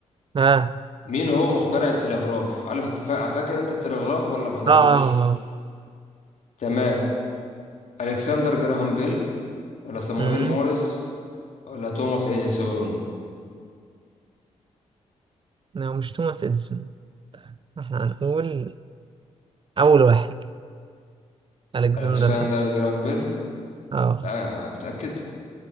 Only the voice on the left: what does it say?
مين هو مخترع التلغراف عارف الت- فا- فاكر انت التلغراف ولا ما حضرتوش
تمام الكسندر جراهام بيل ولا صموئيل
موريس ولا توماس اديسون
الكسندر
جراهام بيل
آه متأكد